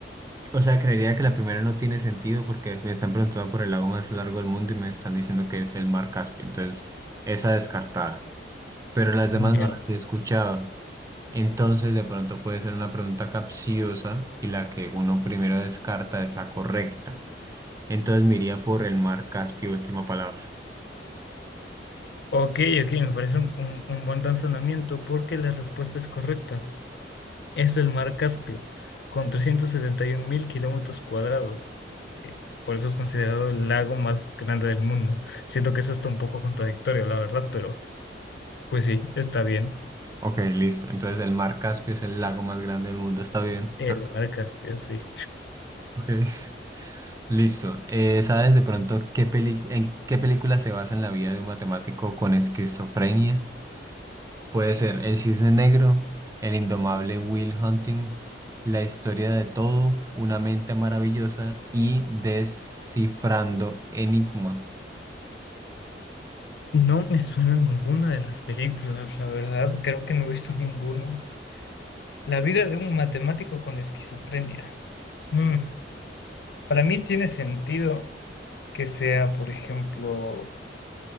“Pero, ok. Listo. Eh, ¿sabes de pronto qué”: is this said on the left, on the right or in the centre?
Right